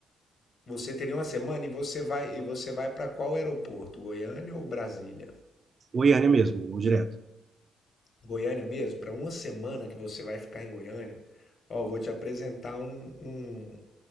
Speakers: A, on the left; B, on the right.
A: Você teria uma semana e você vai e você vai para qual aeroporto? Goiânia ou Brasília?
B: Goiânia mesmo, vou direto.
A: Goiânia mesmo? Para uma semana que você vai ficar em Goiânia, ó, vou te apresentar um- um-